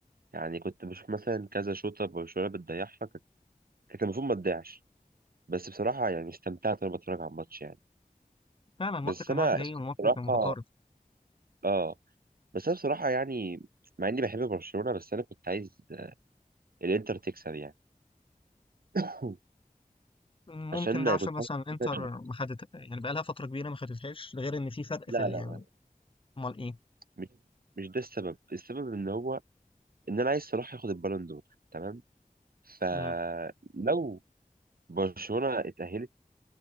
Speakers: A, on the right; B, on the left.
A: يعني كنت بشوف مثلا كذا شوطة برشلونة بتضيعها كانت كانت المفروض ما تضيعش بس بصراحة يعني استمتعت وانا بتفرج على الماتش يعني
B: فعلا الماتش
A: بس
B: كان
A: انا
B: رايح جاي والماتش
A: بصراحة
B: كان متقارب
A: اه بس انا بصراحة يعني مع اني بحب برشلونة بس انا كنت عايز آه، الانتر تكسب يعني <laughs>
B: ممكن
A: <coughs> عشان
B: ده عشان
A: كنت
B: مثلا
A: عايز
B: انتر
A: كده-
B: ما خدت يعني بقالها فترة كبيرة ما خدتهاش ده غير ان في فرق
A: لا
B: في ال-
A: لا
B: يعني
A: لا
B: امال ايه
A: مش مش ده السبب السبب ان هو ان انا عايز صلاح ياخد البالون دور تمام فلو
B: مم.
A: برشلونة اتأهلت